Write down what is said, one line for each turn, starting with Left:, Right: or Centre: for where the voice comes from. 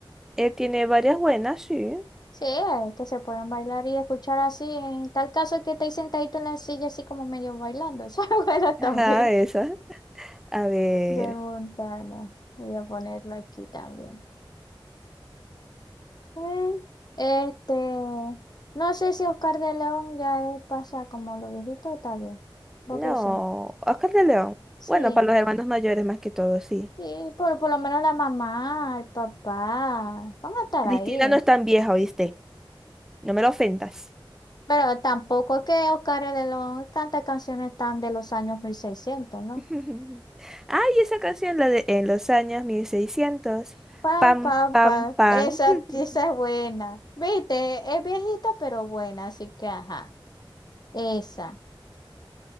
Centre: Él tiene varias buenas, sí.
Left: Sí, el que se pueden bailar y escuchar así, en tal caso que estéis sentadito en la silla así como medio bailando. <laughs> Esa es buena
Centre: Ajá,
Left: también.
Centre: esas. A ver.
Left: Jay Montana, voy a ponerlo aquí también. Mm, Este, no sé si Oscar de León ya pasa como lo viejito, está bien. ¿Vos
Centre: No.
Left: qué sí,
Centre: Oscar de León.
Left: sí,
Centre: Bueno, para los hermanos mayores más que todo, sí.
Left: sí, por, por lo menos la mamá, el papá, van a estar
Centre: Cristina
Left: ahí.
Centre: no es tan vieja, ¿oíste? No me lo ofendas.
Left: Pero tampoco que Oscar es de los, tantas canciones tan de los años 1600, ¿no?
Centre: <laughs> Ay, esa canción, la de En los años 1600,
Left: Pam,
Centre: Pam,
Left: pam,
Centre: pam,
Left: pam.
Centre: pam.
Left: Esa,
Centre: <laughs>
Left: esa es buena. Viste, es viejita, pero buena, así que ajá. Esa,